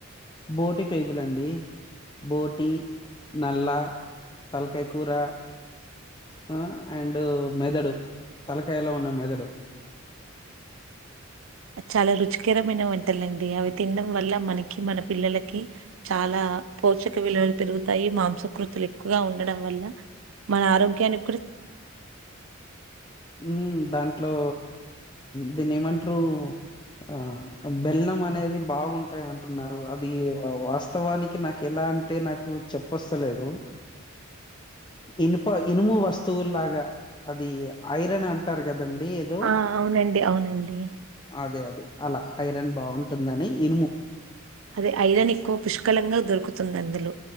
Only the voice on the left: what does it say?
బోటి పేగులండి బోటి నల్ల తల్కయకురా ఆ అండ్ మెదడు తలకాయలో ఉన్న మెదడు
ఊ దాంట్లో దీన్నీ ఏమంట్రు ఆ బెల్లం అనేది బాగుంటాయి అంటున్నారు అది వాస్తవానికి నాకు ఎలా అంటే నాకు చెప్పొస్తలేదు ఇనుప ఇనుము వస్తువుల్లాగా అది ఐరన్ అంటారు గ దండి ఏదో
అదే అదే అలా ఐరన్ బాగుంటుందని ఇనుము